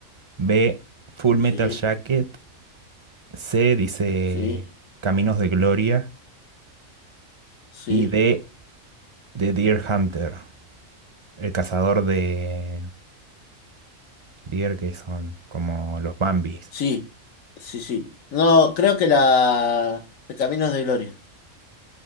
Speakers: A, on the right; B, on the left.
A: B. Full Metal
B: sí,
A: Jacket. C. Dice
B: sí,
A: Caminos de Gloria.
B: sí,
A: Y D. The Deer Hunter, el cazador de deer que son como los Bambis.
B: sí, sí, sí. No, creo que la de Caminos de Gloria.